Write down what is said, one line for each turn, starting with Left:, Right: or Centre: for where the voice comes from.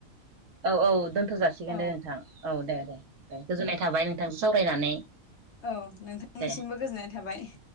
Right: औ औ दोनथ' जासिगोन
Left: औ
Right: दे नोंथां औ दे दे दे गोजोननाय थाबाय नोंथांजों सावरायनानै।
Left: औ नोंथांनिसिमबो
Right: दे
Left: गोजोननाय थाबाय।